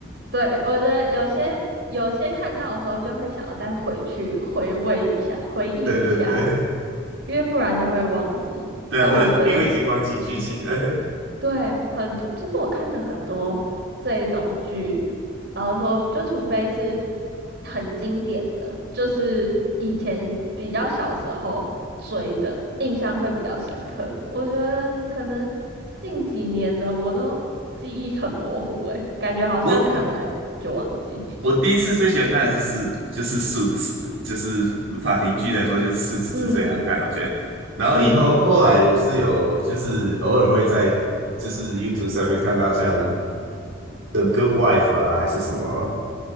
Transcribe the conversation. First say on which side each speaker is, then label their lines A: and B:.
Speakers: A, on the right; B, on the right.
A: 对，我觉得有些有些看到的时候就会想要再回去回味一下、回忆一下，
B: <laughs> 对对对
A: 因为不然都会忘记。
B: <laughs> 对啊，
A: 但我觉得
B: 对，因为已经忘记剧情了。
A: 对很多，其实我看的很多这一种剧，然后说就除非是很经典的，就是以前比较小时候追的，印象会比较深刻。我觉得可能近几年的我都记忆很模糊，诶，感觉好像看完就忘记。
B: <laughs> 我
A: <laughs>
B: 我第一次最喜欢看的就是就是《Suits》，就是法庭剧来说，就是《Suits》是最好看的，
A: 嗯。
B: 我觉得。然后以后后来我是有就是偶尔会在就是
A: 嗯，
B: YouTube 上面看到像《The Good Wife》啊还是什么，